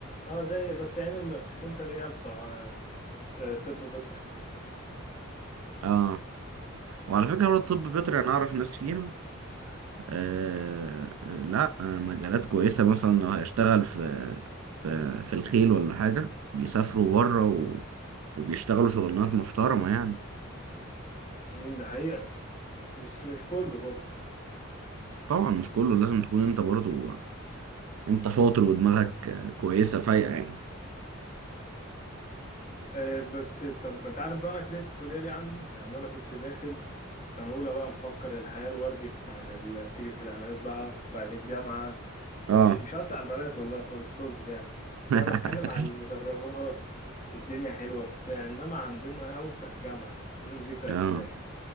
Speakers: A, on the left (about 35°); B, on the right (about 85°).
A: اه زي بس يعني المفشوخين تريقة بتوع آه، آه، طب بيطري
B: اه وعلى فكرة برضه الطب البيطري انا اعرف ناس فيها آه لا آه مجالات كويسة مثلا لو هيشتغل في في في الخيل ولا حاجة بيسافروا بره و... وبيشتغلوا شغلانات محترمة يعني
A: امم ده حقيقة مش مش كله برضه
B: طبعا مش كله لازم تكون انت برضو انت شاطر ودماغك كويسة فايقة يعني
A: آه، بس طب انت عارف بقى انا كرهت الكليه ليه عندي يعني انا كنت داخل سنه اولى بقى مفكر الحياه الوردي بتاعت اللي بتيجي في الاعلانات بقى بتاعت الجامعه تخش
B: اه
A: مش قصدي على البنات والله خالص طز يعني بس
B: <laughs>
A: انا بتكلم على المدرجات الدنيا حلوه بتاع انما عندنا اوسخ جامعه <laughs> بدون ذكر
B: اه
A: اسماء يعني،